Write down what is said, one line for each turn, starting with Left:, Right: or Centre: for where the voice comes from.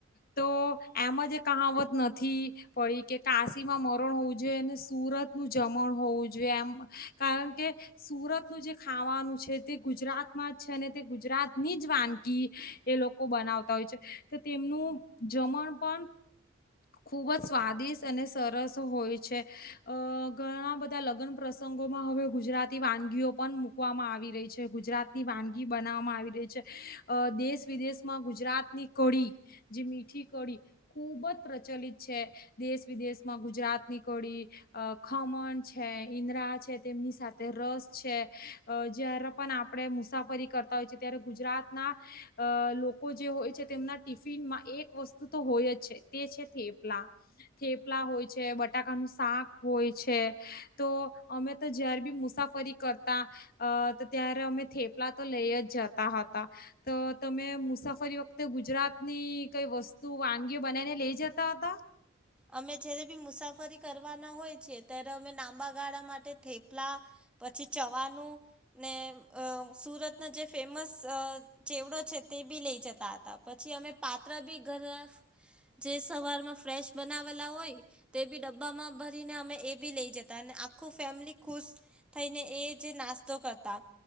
Left: તો એમ જ કહાવત નથી પડી કે કાશીમાં મરણ હોવું જોઈએ અને સુરતનું જમણ હોવું જોઈએ એમ. કારણ કે સુરતનું જે ખાવાનું છે તે ગુજરાતમાં જ છે ને ગુજરાત ની જ વાનગી એ લોકો બનાવતા હોય છે. તો તેમનું જમણ પણ ખૂબ જ સ્વાદિષ્ટ અને સરસ હોય છે. અ ઘણા બધા લગ્ન પ્રસંગોમાં હવે ગુજરાતી વાનગીઓ પણ મુૂકવામાં આવી રહી છે. ગુજરાતની વાનગી બનાવવામાં આવી રહી છે. અ દેશ વિદેશમાં ગુજરાતની કડી જે મીઠી કડી ખૂબ જ પ્રચલિત છે દેશ વિદેશમાં ગુજરાતની કડી, અ ખમણ છે ઈન્દરા છે તેમની સાથે રસ છે જય્યારે પણ આપણે મુસાફરી કરતા હોય છે ત્યારે ગુજરાતના અ લોકો જે હોય છે તેમના ટિફિનમાં એક વસ્તુ તો હોય જ છે. એ છે થેપલા થેપલા હોય છે, બટાકાનું શાક હોય છે તો અમે તો જયારે બી મુસાફરી કરતા અ ત્યારે અમે થેપલા તો લઈ જ જતા હતા. તો તમે મુસાફરી વખતે ગુજરાતની કઈ વસ્તુ વાનગી બનાવીને લઈ જતા હતા?
Centre: અમે
Left: કેવી
Centre: જ્યારે બી મુસાફરી કરવાના હોય છીએ ત્યારે અમે લાંબા ગાળા માટે થેપલા પછી ચવાનું ને અ સુરતના જે ફેમસ અ ચેવડો છે તે બી લઈ જતા હતા પછી અમે પાત્ર બી ઘર જે સવારમાં ફ્રેશ બનાવેલા હોય તે બી ડબ્બામાં ભરીને અમે એ બી લઈ જતા અને આખું ફેમિલી ખુશ થઈને એ જે નાસ્તો કરતા.